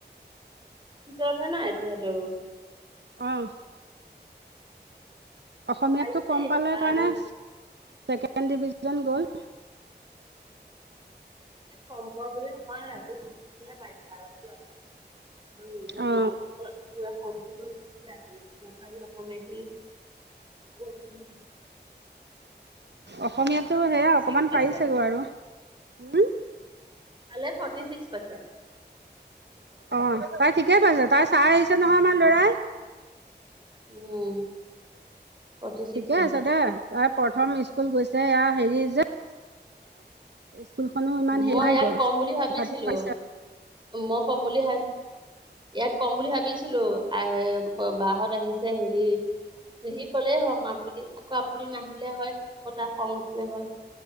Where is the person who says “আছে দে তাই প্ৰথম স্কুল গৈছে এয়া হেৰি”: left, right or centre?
Right